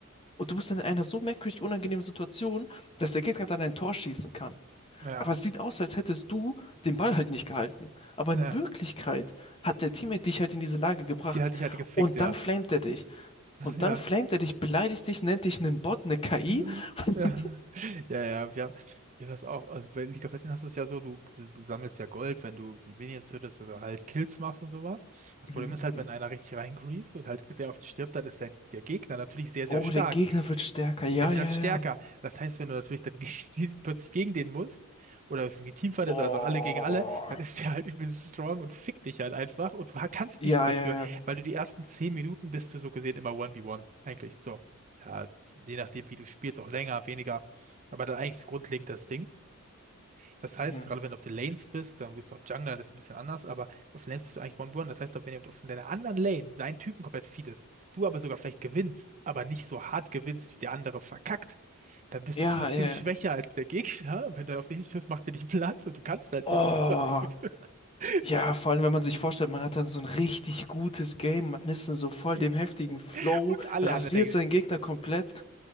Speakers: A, on the left (about 25°); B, on the right (about 35°).
A: und du bist dann in einer so merkwürdig unangenehmen Situation, dass der Gegner dann ein Tor schießen kann.
B: ja,
A: Aber es sieht aus, als hättest du den Ball halt nicht gehalten. Aber in
B: ja,
A: Wirklichkeit hat der Teammate dich halt in diese Lage gebracht
B: die hat dich halt gefickt,
A: und
B: ja,
A: dann flamet er dich. Und
B: ja.
A: dann flamet er dich, beleidigt dich, nennt dich einen Bot, eine KI.
B: Hm,
A: <laughs>
B: Ja, ja, ja, wir haben, wir haben das auch. Also bei League of Legends hast du es ja so, du s- sammelst ja Gold, wenn du irgendwie Minions tötest oder halt Kills machst und sowas. Das
A: Mhm,
B: Problem ist
A: mhm.
B: halt, wenn einer richtig reingrieft und halt sehr oft stirbt, dann ist der, der Gegner natürlich sehr,
A: Oh,
B: sehr stark.
A: der Gegner wird stärker. Ja,
B: Der wird
A: ja,
B: halt stärker.
A: ja.
B: Das heißt, wenn du natürlich dann gegen den, <laughs> plötzlich gegen den musst, oder es irgendwie Teamfight
A: Oh.
B: ist, also alle gegen alle, dann ist der halt übelst strong und fickt dich halt einfach und du kannst
A: Ja,
B: nichts dafür,
A: ja, ja.
B: weil du die ersten 10 Minuten bist du so gesehen immer 1v1 eigentlich. So, ja, je nachdem, wie du spielst, auch länger, weniger. Aber dann eigentlich ist grundlegend das Ding. Das heißt,
A: Mhm.
B: gerade wenn du auf den Lanes bist, dann bist du auch Jungler, das ist ein bisschen anders, aber auf den Lanes bist du eigentlich One-Burn. Das heißt, wenn jemand auf deiner anderen Lane seinen Typen komplett feedest, du aber sogar vielleicht gewinnst, aber nicht so hart gewinnst, wie der andere verkackt, dann bist
A: Ja,
B: du trotzdem
A: ja.
B: schwächer als der Gegner. <laughs> Wenn du auf den stößt, macht er dich platt und du kannst halt
A: Oh.
B: nichts dafür. <laughs>
A: Ja, vor allem, wenn man sich vorstellt, man hat dann so ein richtig gutes Game, man ist in so voll
B: Ja.
A: dem heftigen Flow,
B: Und alle
A: rasiert
B: anderen denken
A: seinen
B: sich,
A: Gegner komplett